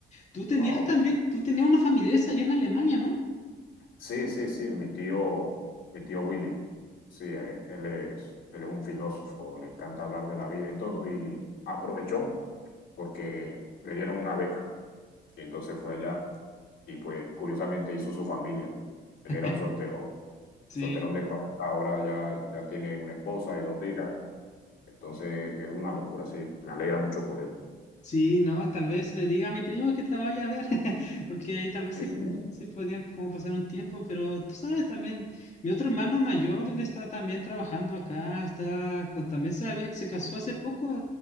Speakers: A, on the left; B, on the left.
A: tú tenías
B: Wow.
A: también, tú tenías una familia allá en Alemania, ¿no?
B: Sí, sí, sí, mi tío, mi tío Willy. Sí, eh, él es, él es un filósofo, le encanta hablar de la vida y todo, y aprovechó porque le dieron una beca. Y entonces fue allá y pues curiosamente hizo su familia. Él
A: <laughs>
B: era un solterón,
A: Sí,
B: solterón de 40 ahora ya, ya tiene una esposa y dos hijas, entonces es una locura, sí, me alegra mucho por él.
A: Sí, no, tal vez le diga a mi primo que te vaya a ver, <laughs> porque ahí tal vez
B: Sí,
A: se,
B: sí.
A: se podía como pasar un tiempo, pero tú sabes también, mi otro hermano mayor, él está también trabajando acá, está con, también se había, se casó hace poco,